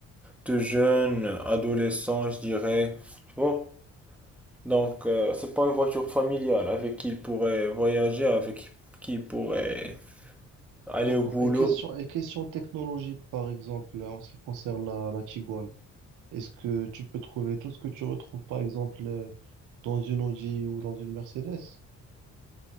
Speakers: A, in the centre; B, on the right (about 85°).
A: de jeunes, adolescents, je dirais. Tu vois. Donc, euh, c'est pas une voiture familiale avec qui il pourrait voyager, avec qui il pourrait aller
B: D'accord.
A: au boulot.
B: Et question, et question technologie, par exemple, en ce qui concerne la, la Tiguan, est-ce que tu peux trouver tout ce que tu retrouves, par exemple, euh, dans une Audi ou dans une Mercedes?